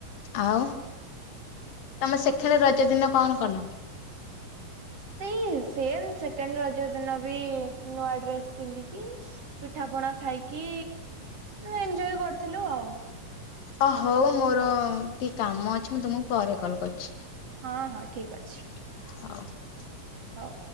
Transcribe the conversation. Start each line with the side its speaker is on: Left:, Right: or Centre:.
Left: ଆଉ ତମେ ସେଖେଣ୍ ରଜ ଦିନ କଣ କଲ
Right: ସେଇ ସେମ ସେକେଣ୍ଡ ରଜ ଦିନ ବି ନୂଆ ଡ୍ରେସ ପିନ୍ଧିକି ପିଠା ପଣା ଖାଇକି ନେ ଏଞ୍ଜୟ କରିଥିଲୁ ଆଉ
Left: ଅ ହଉ ମୋର ଟିକେ କାମ ଅଛି ମୁଁ ତୁମକୁ ପରେ କଲ କରୁଛି
Right: ହଁ ହଁ ଠିକ ଅଛି।
Left: ହଉ
Right: ହଉ